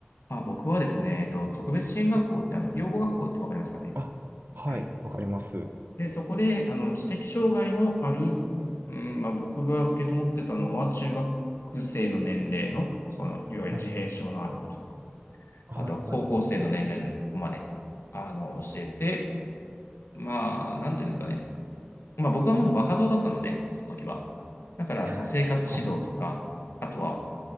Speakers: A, on the left; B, on the right.
A: まあ、僕はですね、えっと、特別支援学校って、あの、養護学校ってわかりますかね。
B: あ、はい、
A: はい
B: わかります。
A: で、そこで、あの、知的障害のある、うん、まあ、僕が受け持ってたのは、中学生の年齢の、その、いわゆる自閉症のある子と、
B: はいはい、
A: あとは高校生の年齢の子まで、
B: はい、はい。
A: あの、教えて、まあ、なんていうんですかね。まあ、僕はまだ若造だったので、その時は。だから、
B: <laughs>
A: その生活指導とか、
B: はい、はい。
A: あとは、